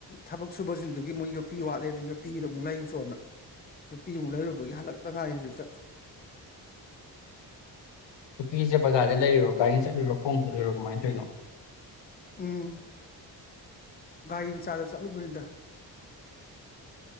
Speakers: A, on the left; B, on the left.
A: ꯊꯕꯛ ꯁꯨꯕꯁꯤꯡꯗꯨꯒꯤ ꯃꯣꯏ ꯌꯣꯠꯄꯤ ꯋꯥꯠꯂꯦꯅ ꯌꯣꯠꯄꯤꯒꯤꯗ ꯑꯃꯨꯛ ꯂꯩꯔꯁꯨꯅ ꯅꯨꯄꯤ ꯑꯃꯨꯛ ꯂꯩꯔꯨꯕꯒꯤ ꯍꯜꯂꯛꯇ ꯉꯥꯏ ꯍꯧꯖꯤꯛꯇ
B: ꯑꯩꯁꯦ ꯕꯖꯥꯔꯗ ꯂꯩꯔꯨꯔꯣ ꯒꯥꯔꯤ ꯆꯠꯂꯨꯔꯣ ꯈꯣꯡ ꯆꯠꯂꯨꯔꯣ ꯀꯃꯥꯏꯅ ꯇꯧꯔꯤꯅꯣ
A: ꯎꯝ ꯒꯥꯔꯤ ꯑꯃ ꯆꯥꯗ ꯆꯠꯂꯨ ꯄꯗ